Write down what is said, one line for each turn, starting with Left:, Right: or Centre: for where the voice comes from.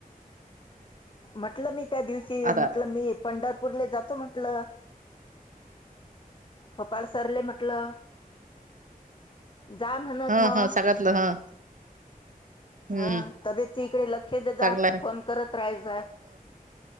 Left: म्हटलं मी त्या दिवशी,
Right: आता
Left: म्हटलं मी पंढर पुरले जातो म्हंटल, गोपाळ सरले म्हटलं, जा म्हणत
Right: ह
Left: मग.
Right: ह सांगितलं ह हम्म
Left: हा, तब्येतीकडे लक्ष देत
Right: चांगलं
Left: जा
Right: आहे
Left: फोन करत राहायत जा.